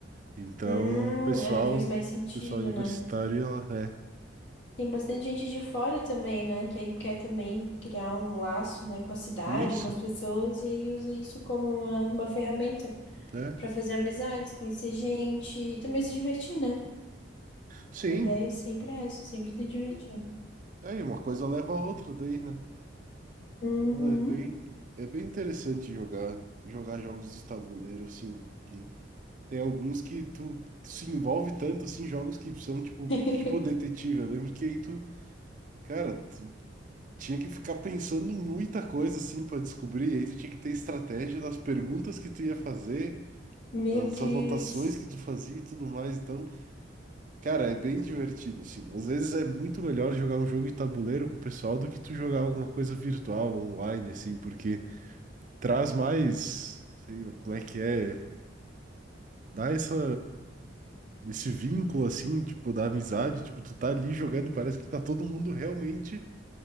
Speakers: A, on the right; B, on the left.
A: Então,
B: Hum,
A: o pessoal,
B: é, faz mais
A: o
B: sentido,
A: pessoal universitário,
B: né?
A: ia lá, é.
B: Tem bastante gente de fora também, né? Que aí quer também criar um laço, né, com a cidade,
A: Isso,
B: com as pessoas, e aí usa isso como uma, uma ferramenta
A: é.
B: para fazer amizades, conhecer gente e também se divertir, né?
A: Sim,
B: Que a ideia sempre é essa, sempre se divertir.
A: aí uma coisa leva a outra daí, né?
B: Uhum.
A: Ah, É bem, é bem interessante jogar, jogar jogos de tabuleiro, assim, que tem alguns que tu, se envolve tanto, assim, jogos que são, tipo,
B: <laughs>
A: tipo detetive, eu lembro que aí tu, cara, tinha que ficar pensando em muita coisa assim para descobrir, e aí tu tinha que ter estratégia das perguntas que tu ia fazer,
B: Meu
A: das
B: Deus.
A: anotações que tu fazia e tudo mais. Então, cara, é bem divertido assim. Às vezes é muito melhor jogar um jogo de tabuleiro com o pessoal do que tu jogar alguma coisa virtual, online assim, porque traz mais, sei lá, como é que é, dá essa esse vínculo assim, tipo, da amizade, tipo, tu tá ali jogando, parece que tá todo mundo realmente